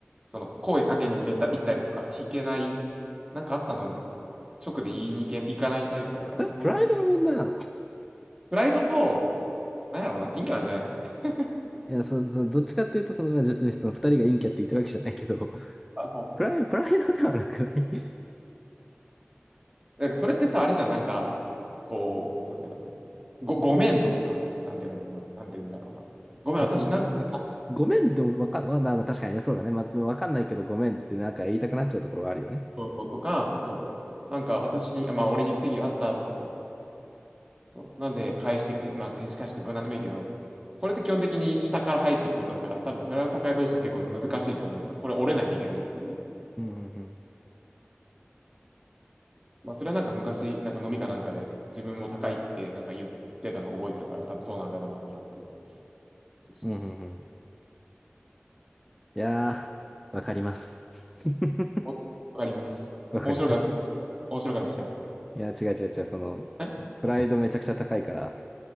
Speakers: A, on the right (about 20°); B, in the centre.
A: その、声かけに行けた、行ったりとか、引けない、なんかあったのみたいな。直で言いに行け、行かないタイプだから、
B: それ、
A: そこですね。
B: プライドの問題なの
A: プライドと、なんやろうな、陰キャなんじゃない <laughs>
B: いや、そう、そう、どっちかっていうと、その、まあ、実にその二人が陰キャって言ったわけじゃないけど、<laughs>
A: あはい。
B: プライ、プライドではなくない
A: だから、それってさ、あれじゃん、なんか、こう、なんだろうな、ご、ごめんとかさ、なんていうんだろうな、なんていうんだろうな、ごめん、
B: <laughs>
A: 私なんか、
B: そんな、なんか、ごめんでもわかん、まあ、あの確かにね、そうだね。まず、あわかんないけどごめんってなんか言いたくなっちゃうところはあるよね。
A: そうそうとか、そう。なんか私に、あ、まあ俺に不手際あったとかさ。そう。なんで返してく、まあ返し返してくれ、まあ何でもいいけど、これって基本的に下から入っていくことだから、多分フライド高い同士は結構難しいと思うんですよ。これ折れないといけないっていう。
B: うん、うん、
A: まあそれはなんか昔、なんか飲みかなんかで自分も高いってなんか言ってたのを覚えてるから、多分そうなんだろうなってのがあって。そうそうそう。
B: うん。うん、うん、うん。いやー、わかります。<laughs>
A: おわかります。
B: わかります。
A: 面白くなってきた。面白くなってきた。
B: いや、違う違う違う、その、
A: え
B: プライドめちゃくちゃ高いから、